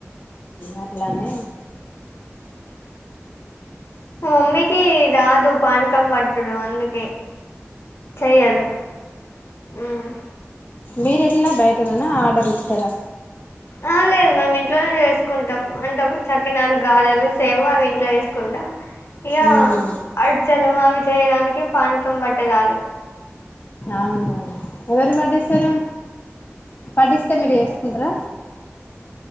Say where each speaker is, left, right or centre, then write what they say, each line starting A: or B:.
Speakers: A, on the left (about 40°); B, on the left (about 60°).
A: అట్లానే
B: మమ్మీకి రాదు పానకం పట్టుడు అందుకే చెయ్యదు ఉమ్
A: మీరు యట్లు బయట నా అన్న ఆర్డర్ ఇస్తారా
B: ఆ లేదు మేము ఇంట్లోనే చేస్తాం కుంటాం అంటే అప్పుడు సకినాలు గారెలు చేవు అవి ఇంట్లో చేసుకుంటాం ఇ యా
A: ఉమ్
B: అరిసెలు అవి చేయడానికి పానకం కం పట్టద అదు
A: అవును ఎవరు పట్టిస్తారు పట్టిస్తే మీరు వేసుకుంటారా